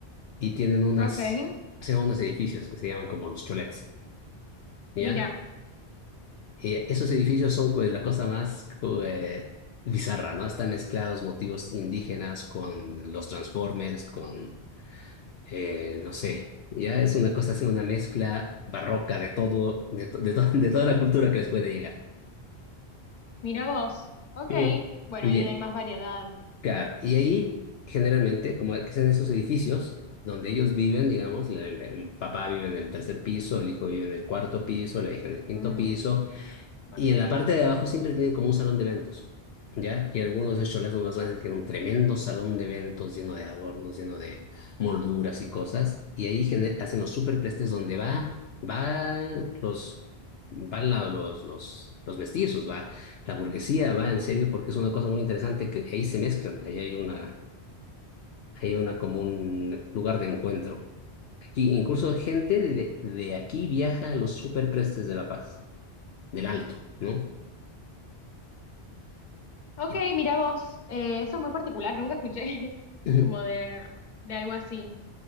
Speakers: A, on the left; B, on the left.
A: y tienen unas,
B: ok.
A: hacen unos edificios que se llaman como los cholets, ¿ya?
B: Mira.
A: Y esos edificios son pues, la cosa más co- eh, bizarra, ¿no? Están mezclados motivos indígenas con los Transformers, con, eh, no sé, ya es una cosa así, una mezcla barroca de todo, de, to- de, to- <laughs> de toda la cultura que les puede llegar.
B: Mira vos. Ok.
A: Sí.
B: Bueno,
A: Un
B: ahí
A: día,
B: hay más variedad.
A: Claro, y ahí generalmente, como que en esos edificios donde ellos viven, digamos, la- la- el papá vive en el tercer piso, el hijo vive en el cuarto piso, la hija en el quinto
B: Mm,
A: piso,
B: ok.
A: y en la parte de abajo siempre tienen como un salón de eventos, ¿ya? Y algunos de estos cholazos más grandes tienen un tremendo salón de eventos lleno de adornos, lleno de molduras y cosas. Y ahí gene- hacen los superprestes donde va, van los, van la- los, los, los mestizos, va la burguesía, va en serio, porque es una cosa muy interesante que ahí se mezclan. Ahí hay una, hay una como un lugar de encuentro. Aquí incluso gente de, de aquí viaja a los superprestes de La Paz, del Alto, ¿no?
B: Ok,
A: <clears throat>
B: mira vos. Eh, eso es muy particular, nunca escuché <laughs>
A: <laughs>
B: como de, de algo así.